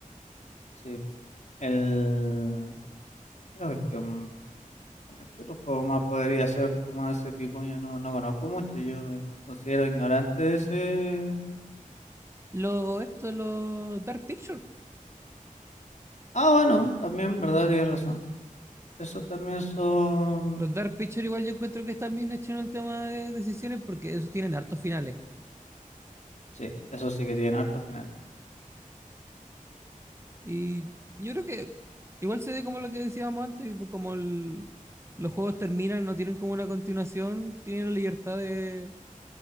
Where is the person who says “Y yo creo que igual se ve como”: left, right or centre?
Right